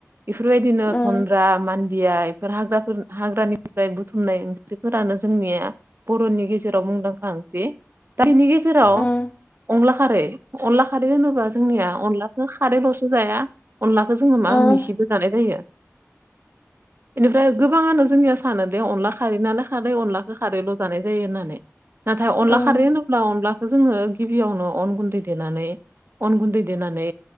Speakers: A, on the right; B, on the left.
A: बेफोरबायदिनो
B: उम
A: थन्द्रा मान दिया बेफोर हाग्राफोर हाग्रानिफ्राय बुथुमनाय ओंख्रिफोरानो जोंनिया बर'नि गेजेराव मुंदांखा ओंख्रि। दा बिनि गेजेराव
B: उम
A: अंला खारै अनला खारै होनोब्ला जोंनिया अनलाखौ खारैल'सो जाया। अनलाखौ जोङो
B: उम
A: मा मिसिबो बो जानाय जायो। बिनिफ्राय गोबाङनो जोंनिया सानो दे अनला खारै <unintelligible> खारै अनलाखौ खारैल' जानाय जायो होननानै। नाथाय अनला
B: उम
A: खारै होनोब्ला अनलाखो जोङो गिबियावनो अन गुन्दै देनानै अन गुन्दै देनानै